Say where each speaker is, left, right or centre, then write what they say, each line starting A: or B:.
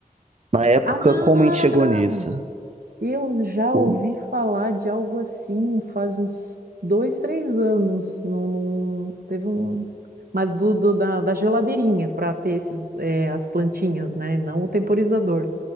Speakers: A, on the right; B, on the right.
A: Na época,
B: Ah!
A: como a gente chegou nisso?
B: Eu já ouvi
A: O-
B: falar de algo assim faz uns dois, três anos. Num, num- teve um. Mas do, do- da, da geladeirinha para ter esses, é, as plantinhas, né? Não o temporizador.